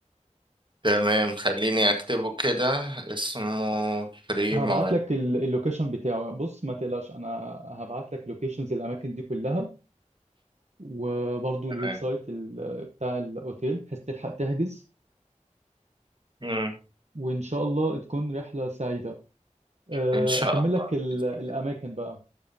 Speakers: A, on the right; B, on the right.
A: تمام خليني اكتبه كده اسمه بريمو
B: هبعت لك ال- اللوكيشن بتاعه بص ما تقلقش انا هبعت لك لوكيشنز الاماكن دي كلها وبرضو
A: تمام
B: الويب سايت ال- بتاع الاوتيل بحيث تلحق تحجز
A: مم.
B: وان شاء الله تكون رحلة سعيدة أه،
A: ان شاء
B: اكمل
A: الله
B: لك ال-
A: بإذن
B: الاماكن
A: الله.
B: بقى